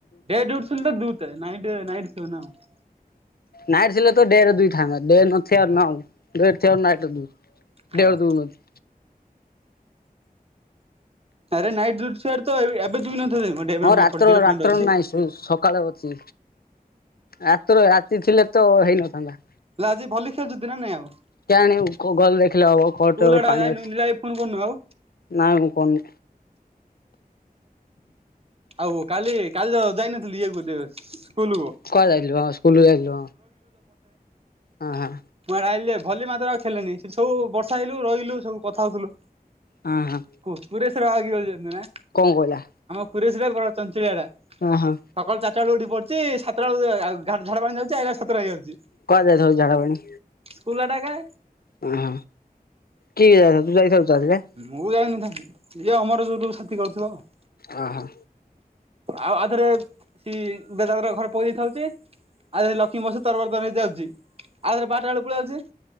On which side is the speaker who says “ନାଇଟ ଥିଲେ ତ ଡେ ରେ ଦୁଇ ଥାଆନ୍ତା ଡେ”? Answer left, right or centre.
Left